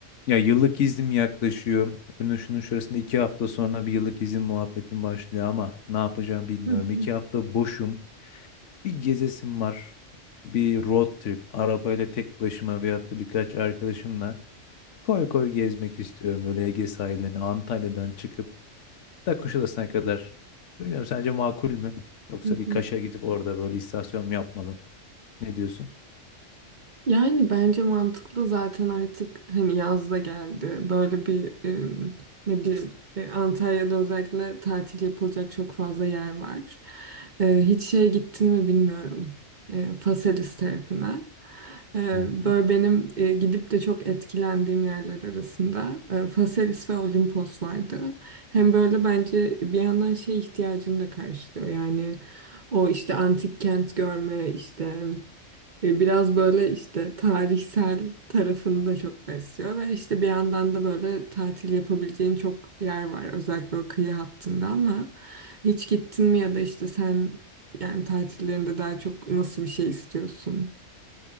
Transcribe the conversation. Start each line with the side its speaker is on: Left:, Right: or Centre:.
Left: Ya yıllık iznim yaklaşıyor. Önü şunun şurasında iki hafta sonra bir yıllık izin muhabbetim başlıyor ama ne yapacağımı bilmiyorum.
Right: Hı hı,
Left: İki hafta boşum. Bir gezesim var. Bir road trip. Arabayla tek başıma veyahut da birkaç arkadaşımla koy koy gezmek istiyorum. Böyle Ege sahillerini Antalya'dan çıkıp da Kuşadası'na kadar. Bilmiyorum sence makul mü? Yoksa
Right: hı
Left: bir
Right: hı.
Left: Kaş'a gidip orada böyle istasyon mu yapmalı? Ne diyorsun?
Right: Yani bence mantıklı zaten artık hani yaz da geldi. Böyle bir e, ne bileyim e, Antalya'da özellikle tatil yapılacak çok fazla yer var. E, hiç şeye gittin mi bilmiyorum. E, Faselis tarafına. E,
Left: Hı hı.
Right: böyle benim e, gidip de çok etkilendiğim yerler arasında e, Faselis ve Olimpos vardı. Hem böyle bence bir yandan şey ihtiyacını da karşılıyor. Yani o işte antik kent görme işte E, Biraz böyle işte tarihsel tarafını da çok besliyor ve işte bir yandan da böyle tatil yapabileceğin çok yer var özellikle o kıyı hattında ama hiç gittin mi ya da işte sen yani tatillerinde daha çok nasıl bir şey istiyorsun?